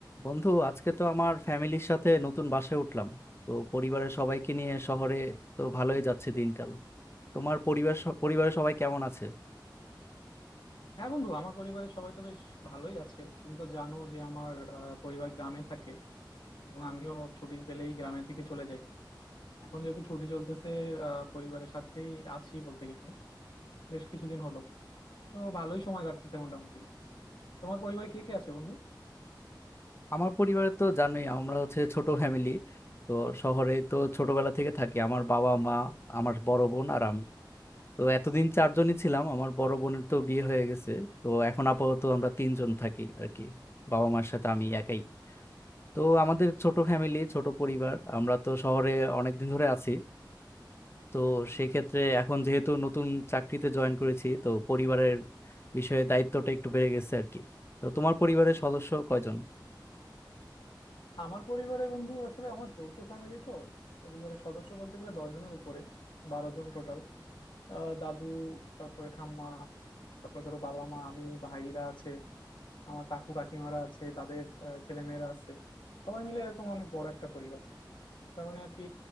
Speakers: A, on the left (about 30°); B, on the left (about 85°).
A: বন্ধু আজকে তো আমার ফ্যামিলির সাথে নতুন বাসায় উঠলাম তো পরিবারের সবাইকে নিয়ে শহরে তো ভালোই যাচ্ছে দিনকাল তোমার পরিবার স- পরিবারের সবাই কেমন আছে
B: হ্যাঁ বন্ধু আমার পরিবারের সবাই তো বেশ ভালোই আছে তুমি তো জানো যে আমার আহ, পরিবার গ্রামে থাকে এবং আমিও ছুটি পেলেই গ্রামের দিকে চলে যাই এখন যেহেতু ছুটি চলতেছে আহ, পরিবারের সাথেই আছি বলতে গেলে বেশ কিছুদিন হলো তো ভালোই সময় কাটতেছে মোটামুটি তোমার পরিবারে কে কে আছে বন্ধু
A: আমার পরিবারে তো জানোই আমরা হচ্ছে ছোট ফ্যামিলি তো শহরে তো ছোটবেলা থেকে থাকি আমার বাবা মা আমার বড় বোন আর আমি তো এতদিন চারজনই ছিলাম আমার বড় বোনের তো বিয়ে হয়ে গেছে তো এখন আপাতত আমরা তিনজন থাকি আর কি বাবা মার সাথে আমি একাই তো আমাদের ছোট ফ্যামিলি ছোট পরিবার আমরা তো শহরে অনেকদিন ধরে আছি তো সেক্ষেত্রে এখন যেহেতু নতুন চাকরিতে জয়েন করেছি তো পরিবারের বিষয়ে দায়িত্বটা একটু বেড়ে গেছে আর কি তো তোমার পরিবারের সদস্য কয়জন
B: আমার পরিবারে বন্ধু আসলে আমার যৌথ ফ্যামিলি তো পরিবারের সদস্য বলতে গেলে দশ জনের উপরে বারো জন টোটাল দাদু তারপরে ঠাম্মা তারপরে ধরো বাবা মা আমি ভাইরা আছে আমার কাকু কাকিমারা আছে তাদের আহ, ছেলেমেয়েরা আছে সবাই মিলে এরকম অনেক বড় একটা পরিবার এই কারণে আর কি